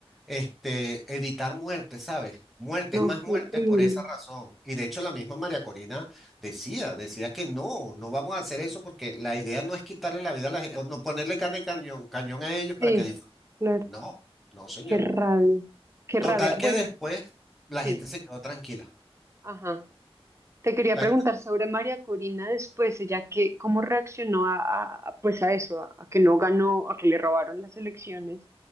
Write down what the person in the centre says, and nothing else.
este, evitar muertes, ¿sabes? Muertes,
más
muertes
por esa razón. Y de hecho la misma María Corina decía, decía que no, no vamos a hacer eso porque la idea no es quitarle la vida a la gente, no ponerle carne de cañón, cañón a ellos para
que disfruten.
No, no, señor.
Total
que después la
gente se quedó tranquila.
La
gente-